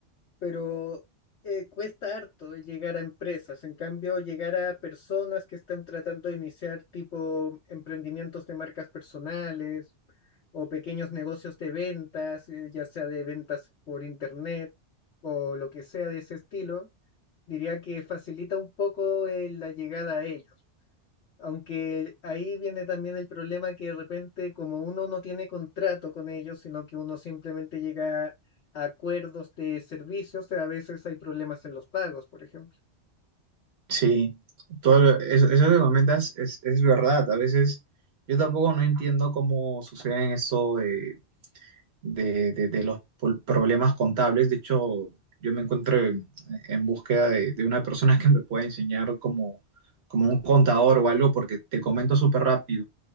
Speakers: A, on the left; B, on the right.
A: pero eh, cuesta harto llegar a empresas, en cambio llegar a personas que están tratando de iniciar tipo emprendimientos de marcas personales o pequeños negocios de ventas, eh, ya sea de ventas por internet o lo que sea de ese estilo, diría que facilita un poco eh, la llegada a ellos aunque ahí viene también el problema que de repente como uno no tiene contrato con ellos, sino que uno simplemente llega a acuerdos de servicios, a veces hay problemas en los pagos, por ejemplo,
B: Sí, todo lo- eso, eso que comentas es, es verdad. A veces yo tampoco no entiendo cómo suceden esto de, de, de- de los pol- problemas contables. De hecho, yo me encuentro en, en búsqueda de, de una persona que me pueda enseñar como, como un contador o algo, porque te comento súper rápido.